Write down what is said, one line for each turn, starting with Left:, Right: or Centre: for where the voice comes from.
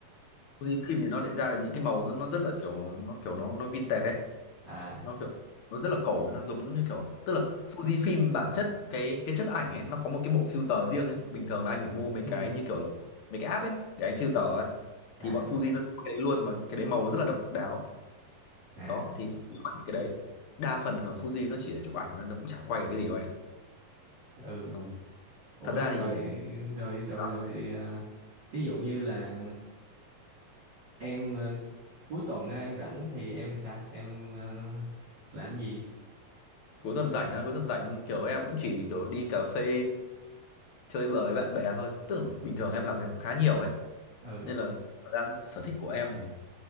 Left: Fuji phim thì nó lại ra là những cái màu nó nó rất là kiểu nó kiểu nó nó vintage ấy
Right: à
Left: nó kiểu nó rất là cổ ấy, nó giống như kiểu tức là Fuji phim bản chất cái cái chất ảnh ấy nó có một cái bộ filter riêng ấy bình thường là anh phải mua mấy
Right: ừ
Left: cái như kiểu là mấy cái app ấy để anh filter ấy
Right: à
Left: thì bọn Fuji nó cái đấy luôn và cái đấy màu nó rất là độc đáo
Right: à
Left: đó thì Fuji chụp ảnh cái đấy đa phần là Fuji nó chỉ là chụp ảnh thôi, nó cũng chả quay được cái gì đâu anh ạ
Right: ừ
Left: ừ.
Right: ủa
Left: thật
Right: rồi
Left: ra thì
Right: rồi rồi
Left: à,
Right: rồi ờ, ví dụ như là em ờ, cuối tuần á, em rảnh thì em sao em ờ, làm gì
Left: cuối tuần rảnh á cuối tuần rảnh kiểu em cũng chỉ kiểu đi cà phê chơi bời với bạn bè thôi tưởng bình thường em làm việc cũng khá nhiều ấy
Right: ừ
Left: nên là thời gian sở thích của em thì